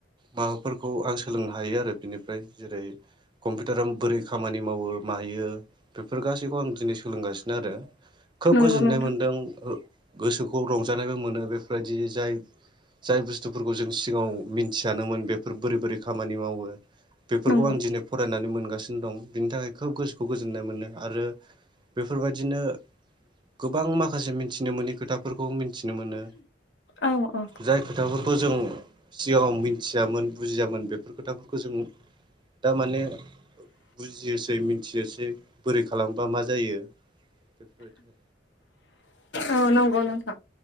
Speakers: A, on the right; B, on the left.
A: माबाफोरखौ आं सोलोंनो हायो आरो बिनिफ्राय जेरै कम्पिउटार आ बोरै खामानि मावो मायो बेफोर गासैखौ आं दिनै सोलोंगासिनो आरो। खोब
B: नंगौ
A: गोजोननाय
B: नोंथां
A: मोनदों। गोसोखौ रंजानायबो मोनो बेफोरबायदि जाय जाय बुस्थुफोर जों सिगाङाव मिन मिथियानोमोन बेफोर बोरै बोरै खामानि मावो बेफोरखौ
B: नंगौ
A: आं दिनै फरायनानै मोनगासिनो दं बिनि थाखाय खोब गोसोखौ गोजोननाय मोन्दों आरो बेफोरबायदिनो गोबां माखासे मिथिनो मोनि खोथाफोरखौ फोरखौ मिथिनो मोनो
B: औ औ
A: जाय खोथाफोरखौ जों सिगाङाव मिथियामोन बुजियामोन बेफोर खोथाफोरखौ जों दा माने बुजियोसै मिथियोसै बोरै खालामबा मा जायो। बेफोर बायदिनो
B: औ नंगौ नोंथां